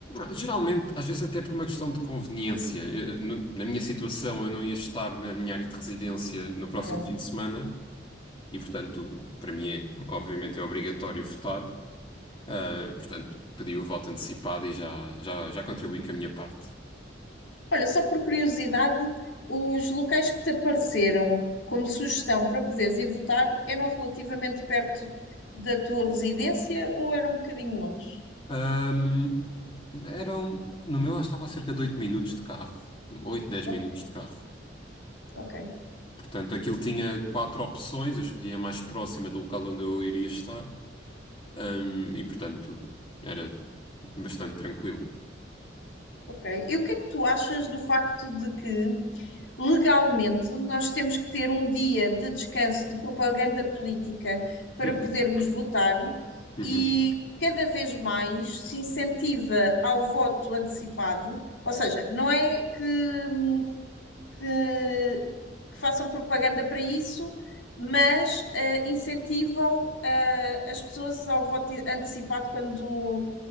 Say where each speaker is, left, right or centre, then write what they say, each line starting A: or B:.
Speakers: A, on the left; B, on the left.
A: Geralmente, às vezes até por uma questão de conveniência. Eu, no- na minha situação, eu não ia estar na minha área de residência no próximo
B: Não.
A: fim de semana, e portanto, para mim é, obviamente, é obrigatório votar. Ah, portanto, pedi o voto antecipado e já, já, já contribuí com a minha parte.
B: Olha, só por curiosidade, os locais que te apareceram como sugestão para poderes ir votar eram relativamente perto da tua residência ou eram um bocadinho longe?
A: Ahm, eram, no meu, acho que estava a cerca de 8 minutos de carro. oito dez
B: Ok,
A: minutos de carro.
B: ok,
A: Portanto, aquilo tinha quatro opções, eu escolhi a mais próxima do local onde eu iria estar. Ahm, e, portanto, era bastante tranquilo.
B: ok. E o que é que tu achas do facto de que legalmente, nós temos que ter um dia de descanso de propaganda política para
A: Uhum,
B: podermos votar
A: uhum,
B: e cada vez mais se incentiva ao voto antecipado, ou seja, não é que, que- que façam propaganda para isso, mas eh, incentivam eh, as pessoas ao voto antecipado quando,